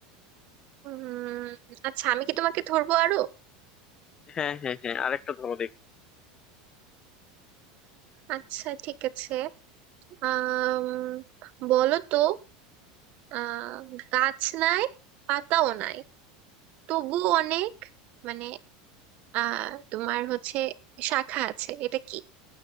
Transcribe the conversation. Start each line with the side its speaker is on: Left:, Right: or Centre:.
Right: উম আচ্ছা আমি কি তোমাকে ধরবো আরো
Left: হ্যাঁ হ্যাঁ হ্যাঁ আরেকটা ধরো দেখি
Right: আচ্ছা ঠিক আছে আম বলো তো আহ গাছ নাই পাতাও নাই তবু অনেক মানে আহ তোমার হচ্ছে শাখা আছে এটা কি